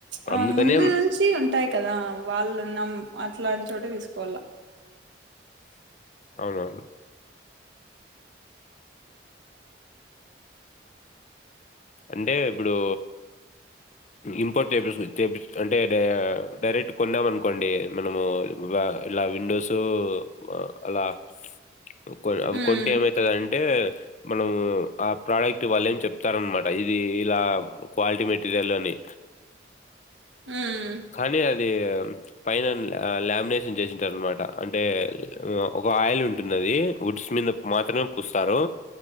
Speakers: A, on the right; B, on the left.
A: ఆ
B: అందుకనే
A: ముందు నుంచి ఉంటాయి కదా వాళ్ళు నం అట్లాంటి చోటే తీసుకోవాల
B: అవునవును అంటే ఇప్పుడు ఇంపోర్ట్పిపి అంటే డైరెక్ట్ కొందాం అనుకోండి మనము ఆ ఇలా విండోస్ మా అలా ఇంకో అవ్వి
A: ఉమ్
B: కొంటే ఏమైతది అంటే మనం ఆ ప్రోడక్ట్ వాళ్ళు ఏం చెప్తారన్నమాట పైది ఇలా క్వాలిటీ మెటీరియల్ని
A: ఉమ్
B: కానీ అ ది పైన ఆ లామినేషన్ చేసింటారు అనమాట అంటే ఒక ఆయిల్ ఉంటుంది ఆది వుడ్స్ మీద మాత్రమే పూస్తారు